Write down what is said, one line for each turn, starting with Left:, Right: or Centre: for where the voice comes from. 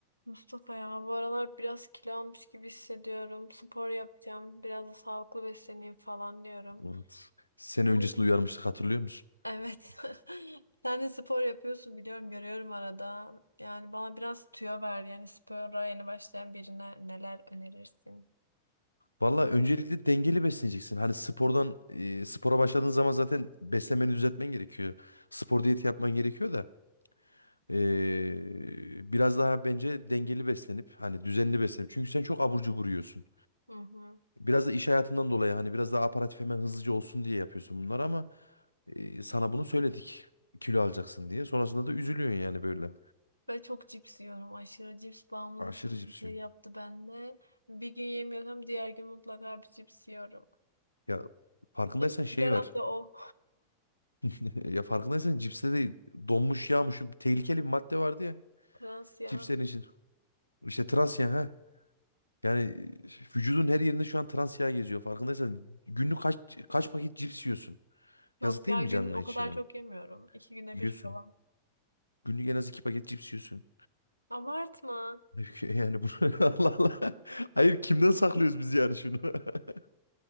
Right: Mustafa ya bu aralar biraz kilo almış gibi hissediyorum. Spor yapacağım. Biraz da sağlıklı besleneyim falan diyorum.
Left: Evet. Seni öncesinde
Right: Sen-
Left: uyarmıştık hatırlıyor musun?
Right: Evet. <laughs> Sen de spor yapıyorsun biliyorum görüyorum arada. Yani bana biraz tüyo ver. Yani spora yeni başlayan birine neler önerirsin?
Left: Valla öncelikle dengeli besleneceksin. Hani spordan e, spora başladığın zaman zaten beslenmeni düzeltmen gerekiyor. Spor diyeti yapman gerekiyor da e, biraz daha bence dengeli beslenip hani düzenli beslenip. Çünkü sen çok abur cubur yiyorsun.
Right: Hı hı.
Left: Biraz da iş hayatından dolayı hani biraz daha aparatif hemen hızlıca olsun diye yapıyorsun bunları ama e, sana bunu söyledik. Kilo alacaksın diye. Sonrasında da üzülüyorsun yani böyle.
Right: Ve çok cips yiyorum. Aşırı cips bağımlılık
Left: Aşırı
Right: gibi
Left: cips
Right: bir şey
Left: yiyorsun.
Right: yaptı bende. Bir gün yemiyorsam diğer gün mutlaka bir cips yiyorum.
Left: Ya farkındaysan
Right: Benim
Left: şey
Right: sigaram
Left: var.
Right: da o.
Left: <laughs> Ya farkındaysan cipste de donmuş yağmış şu tehlikeli bir madde vardı ya
Right: Trans ya.
Left: cipslerin için. İşte trans yağ ha. Yani vücudun her yerinde şu an trans yağ geziyor. Farkındaysan günlük kaç kaç paket cips yiyorsun?
Right: Yok
Left: Yazık değil
Right: ya
Left: mi
Right: gün
Left: canına
Right: o
Left: hiç
Right: kadar
Left: yani?
Right: çok yemiyorum. İki güne
Left: Yiyorsun.
Right: bir falan.
Left: Günlük en az iki paket cips yiyorsun.
Right: Abartma.
Left: <laughs> Halbuki Yani bu <laughs> Allah Allah. Hayır kimden saklıyoruz biz yani şunu? <laughs>